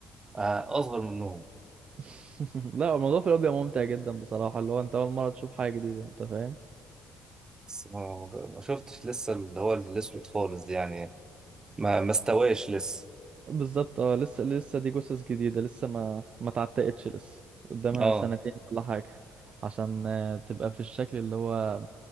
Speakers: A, on the right (about 25°); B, on the right (about 45°).
A: آه، اصغر منهم
B: <laughs> لا الموضوع في الاول بيبقى ممتع جدا بصراحة اللي هو انت اول مرة تشوف حاجة جديدة انت فاهم
A: بس ما ما شفتش لسه اللي هو الاسود خالص دي يعني ما ما استواش لسه
B: بالظبط اه لسه لسه دي جثث جديدة لسه ما ما اتعتقتش لسه قدامها
A: اه
B: سنتين ولا حاجة عشان آه، تبقى في الشكل اللي هو